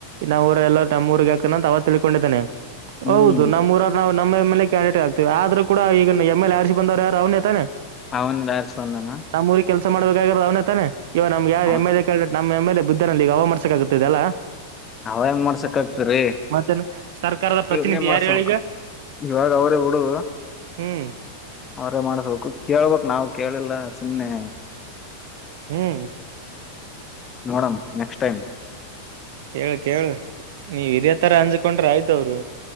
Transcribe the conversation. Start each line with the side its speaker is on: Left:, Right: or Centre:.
Right: ನಾ ಊರ ಎಲ್ಲ ನಮ್ಮೂರಿಗೆ ಹಾಕೆನಂತ ಅವ ತಿಳ್ಕೊಂಡಿದ್ದಾನೆ
Left: ಹ್ಮ್
Right: ಹೌದು ನಮ್ಮ ಊರವ್ರ್ ನಾವು ನಮ್ ಎಮ್ಮೆಲ್ಲೇ ಕ್ಯಾಂಡೇಟ್ಗ ಹಾಕ್ತಿವಿ ಆದ್ರೂ ಕೂಡಾ ಈಗಿನ ಎಮ್ಮೆಲ್ಲೇ ಆರಿಸಿ ಬಂದವ್ರ ಯಾರ ಅವನೇ ತಾನೇ.
Left: ಅವನ ಆರಿಸಿ ಬಂದಾನ.
Right: ನಮ್ಮೂರಿಗೆ ಕೆಲಸ ಮಾಡ್ಬೇಕಾಗಿರೋದ ಅವ್ನೆ ತಾನೇ ಇವಾಗ್ ನಮ್ಗ ಯಾರ
Left: ಅವ
Right: ಎಮ್ಮೆಲ್ಲೇ ಕ್ಯಾಂಡಿ ನಮ್ಮ ಎಮ್ಮೆಲ್ಲೇ ಬಿದ್ದನ ಅಲ್ಲ ಅವ ಮಾಡಸಾಕ್ ಆಗತ್ತ ಇದೆಲ್ಲಾ.
Left: ಅವ ಹೆಂಗ್ ಮಾಡ್ಸಕ್ ಆಗತ್ತರಿ
Right: ಮತ್ತೇನೆ ಸರ್ಕಾರದ ಪ್ರತಿನಿಧಿ
Left: ಇವನೇ ಮಾಡ್ಸಬೇಕು.
Right: ಯಾರು ಹೇಳೀಗ
Left: ಇವಾಗ ಅವರೇ ಬಿಡು.
Right: ಹ್ಮ್
Left: ಅವ್ರೇ ಮಾಡಸ್ಬೇಕು ಕೇಳ್ಬೇಕ ನಾವ್ ಕೇಳಿಲ್ಲ ಸುಮ್ನೆ.
Right: ಹ್ಮ್
Left: ನೋಡಮ ನೆಕ್ಸ್ಟ್ ಟೈಮ್.
Right: ಹೇಳ ಕೇಳ ನೀವ ಇದೇ ತರ ಅಂಜಕೊಂಡ್ರ ಆಯ್ತವರು.